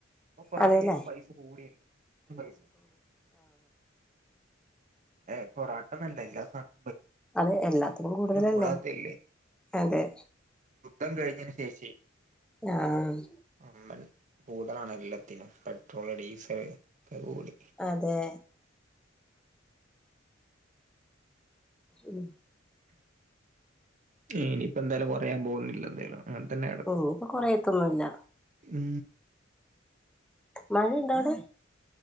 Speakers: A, on the right; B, in the centre.
A: ഇപ്പം പൊറോട്ടക്കൊക്കെ
B: അതെല്ലേ
A: പൈസ കൂടിയല്ലോ ഉം പൈസ കൂടി ഏഹ് പൊറോട്ടന്നല്ലാ എല്ലാ സാധന
B: അതെ എല്ലാത്തിനും കൂടുതലല്ലേ
A: കൂടാത്തല്ലേ
B: അതേ
A: യുദ്ധം കഴിഞ്ഞതിന് ശേഷെ
B: ആഹ്
A: വമ്പൻ കൂടലാണ് എല്ലാത്തിനും പെട്രോള് ഡീസല് ഒക്കെ കൂടി
B: അതെ ഉം
A: ഇനിയിപ്പ എന്തായാലും കൊറയാൻ പോകുന്നില്ല എന്തായാലും അങ്ങനെ തന്നെയാണ്
B: ഓഹ് ഇപ്പൊ കൊറയത്തൊന്നും ഇല്ലാ
A: ഉം
B: മഴ ഇണ്ടോ അവിടെ